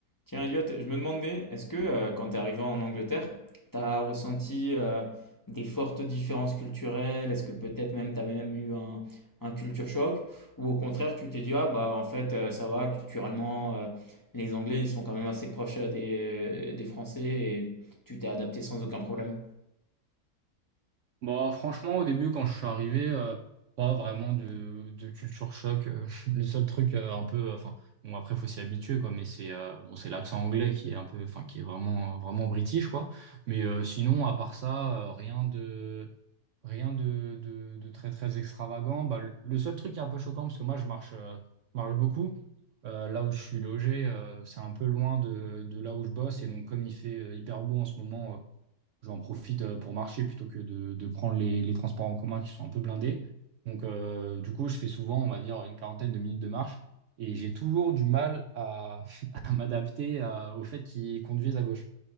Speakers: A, on the left; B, on the right.
A: Tiens, Elliot, je me demandais, est-ce que euh, quand tu es arrivé en Angleterre, tu as ressenti euh, des fortes différences culturelles? Est-ce que peut-être même tu as même eu un, un culture choc? Ou au contraire, tu t'es dit, ah bah en fait, euh, ça va, culturellement, euh, les Anglais, ils sont quand même assez proches euh, des, euh, des Français et tu t'es adapté sans aucun problème.
B: Bah, franchement, au début, quand je suis arrivé, euh, pas vraiment de, de culture choc. euh, <laughs> le seul truc euh, un peu, euh, enfin, bon, après, faut s'y habituer, quoi, mais c'est euh, bon, c'est l'accent anglais qui est un peu, enfin, qui est vraiment, vraiment british, quoi. Mais euh, sinon, à part ça, euh, rien de, rien de, de, de très, très extravagant. Bah, le le seul truc qui est un peu choquant, parce que moi, je marche, euh, je marche beaucoup. Euh, là où je suis logé, euh, c'est un peu loin de, de là où je bosse, et donc, comme il fait euh, hyper beau en ce moment, euh, j'en profite euh, pour marcher plutôt que de, de prendre les, les transports en commun qui sont un peu blindés. Donc, euh, du coup, je fais souvent, on va dire, une quarantaine de minutes de marche et j'ai toujours du mal à, <laughs> à m'adapter à- au fait qu'ils conduisent à gauche.